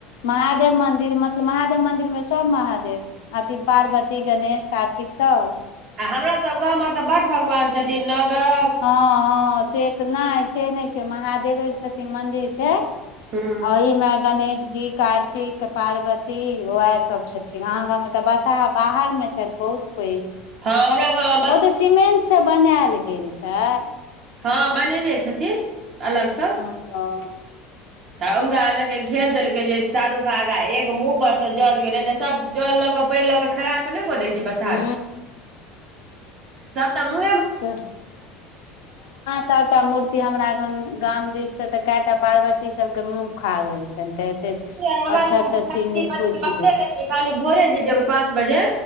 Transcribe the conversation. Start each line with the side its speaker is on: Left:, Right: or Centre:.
Left: महादेव मंन्दिर मतलब महादेव मंन्दिर मे सभ महादेव अथी पार्वती गणेश कार्तिक सभ
Right: आ हमरा सभ गाव मे तऽ बड भगवान छथिन नगर
Left: ह ह से तऽ नहि से नहि छै महादेवे छथिन मन्दिर छै ओ
Right: बजरंग
Left: ओहिमे गणेश जी कार्तिक के पार्वती उएह सभ छथिन अहाँ गाव तऽ बसहा बाहर मे छथि बहुत पैघ
Right: ह हमरा ग
Left: ओ तऽ सीमेट से बनायल गेल छै
Right: ह बनेने छथिन अलग से
Left: ह।
Right: तऽ हुनका एना के घेर देलकै ज चारू भागा एो मुह पर से जल दियौल तऽ सभ जल लऽ के पानि ल के खराब कऽ दै छ बस
Left: हूँ
Right: सभ मु
Left: ह सब्ता हमरा गाम दिस से ते कता पार्वती सभ के मुंह खाग छै ते
Right: हमरा
Left: अच्छा
Right: सबके
Left: अच्छा चीनी कुछ दै छै।
Right: खाली भोरे जे जेब पाँच बजे।